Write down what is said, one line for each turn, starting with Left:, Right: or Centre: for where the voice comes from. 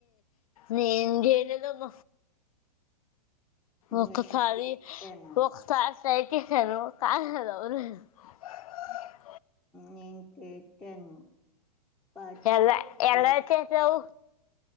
Left: న నకమ్మ ఒక్కసారి
Centre: నేను చేసాను
Left: ఒక్కసారి తక క కద <unintelligible>
Centre: నేను తింటాను పట్
Left: ఎలా ఎలా
Centre: వ
Left: చేసావు